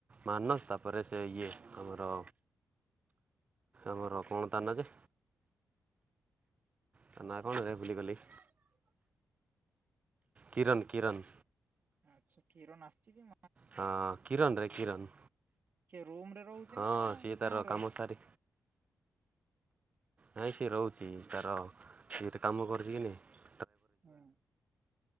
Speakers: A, on the right; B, on the right.
A: ମାନସ୍ ତାପ ତା ପରେ ସେ ଇଏ
B: ହଁ
A: ଆମର ଆମର କଣ ତାନାଁ ଯେ ତା ନା କଣରେ ଭୁଲି ଗଲି।
B: <unintelligible>
A: କିରଣ କିରଣ।
B: ଆଛା କିରଣ ଆଚଛି କି?
A: ହଁ କିରଣରେ କିରଣ।
B: କିଏ ରୁମ ରେ ରହୁଛି
A: ହଁ
B: ନା
A: ସିଏ ତାର
B: ଗାଁ ରୁ
A: କାମ
B: ଆସିଛି।
A: ସାରି ନାଇଁ ସିଏ ରହୁଛି ତାର ସିଏ ଏଠେ କାମ କରୁଛିକି କି ନାହିଁ।
B: ହୁଁ